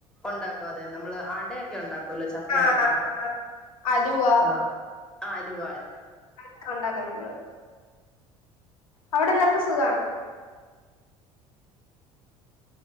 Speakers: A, in the centre; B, on the left.
A: ഉണ്ടാക്കും അതെ. നമ്മള് അടയൊക്കെ ഉണ്ടാക്കുവല്ലോ ചക്കയട
B: ആഹ് അലുവ
A: ആഹ്. ആഹ് അലുവ.
B: ക്ക ഉണ്ടാക്കും നമ്മള്. അവിടെ എല്ലാർക്കും സുഖാണോ?